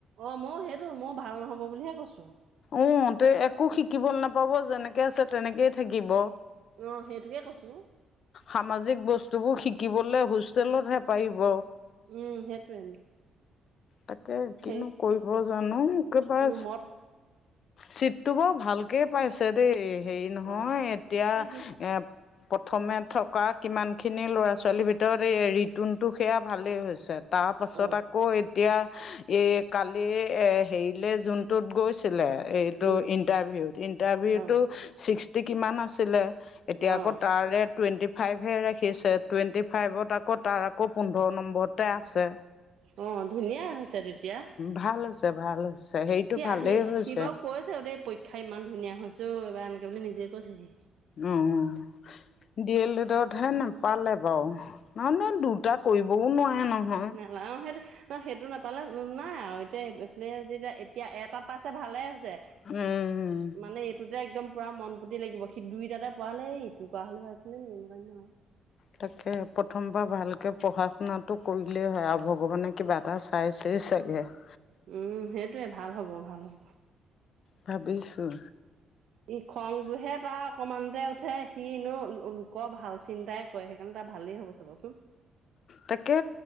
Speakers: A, on the right; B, on the left.
A: অ মইও সেইটো মই ভাল নহব বুলিহে কৈছো।
B: উ তে একো শিকিব নাপাব যেনেকে আছে তেনেকেই থাকিব।
A: অঁ সেইটোকে কৈছোঁ।
B: সামাজিক বস্তুবোৰ শিকিবলৈ হোষ্টেলতহে পাৰিব।
A: উম সেইটোৱে।
B: তাকে কিনো
A: সেই
B: কৰিব জানো কিবাছ
A: ৰুমত
B: চিটটো বৰ ভালকে পাইছে দেই হেৰি নহয়
A: অ
B: এতিয়া
A: ন সি
B: এপ থমে থকা কিমানখিনি ল'ৰা ছোৱালীৰ ভিতৰত এই ৰিতুনটো, সেয়া ভালেই হৈছে। তাৰপাছত
A: অ
B: আকৌ এতিয়া এই কালি এ হেৰিলে জোনটোত গৈছে। ছিলে এইটো
A: উম
B: ইণ্টাৰভিউত ইণ্টাৰভিউটো,
A: অ
B: ছিক্সটি কিমান আছিলে। এতিয়া
A: অ
B: আকৌ তাৰে টুৱেণ্টি ফাইভহে ৰাখিছে টুৱেণ্টি ফাইভত আকৌ তাৰ আকৌ পোন্ধৰ নম্বৰত তে আছে
A: অ ধুনীয়া হৈছে তেতিয়া
B: ভাল হৈছে ভাল হৈছে। সেইটো
A: সি
B: ভালেই
A: আহি
B: হৈছে
A: সি বাৰু কৈছে অ দেই পৰীক্ষা ইমান ধুনীয়া হৈছেও এইবাৰ আনকে বুলি নিজে কৈছে। সি
B: উম ডি এল এডত হে নাপালে বাৰু নহ ন দুটাত কৰিবও নোৱাৰে নহয়।
A: <unintelligible> <inaudible> না সেইটো নাপালে উম নাইয়া আৰু এতিয়া এইফালে যেতিয়া এতিয়া এটাত পাইছে ভালে হৈছে।
B: উম
A: মানে। টোতে একদম পুৰা মন প্ৰতি লাগিব সি দুইটাতে পঢ়া হ'লে হ এই ইটো পোৱা হ'লে ভাল আছিলে এনেকুৱা।
B: তাকে প্ৰথমবাৰ ভালকৈ পঢ়া শুনাটো কৰিলেই হয় আৰু ভগৱানে কিবা এটা চাই চেই চাগে। অ।
A: উম সেইটোৱে ভাল হ'ব ভাল হ'ব।
B: ভাবিছোঁ।
A: ই খংটোহে তাৰ অকমানতে উঠে সিনো লোকৰ ভাল চিন্তাই কৰে সেইকাৰণে তাৰ ভালেই হ'ব। চাবচোন।
B: তাকে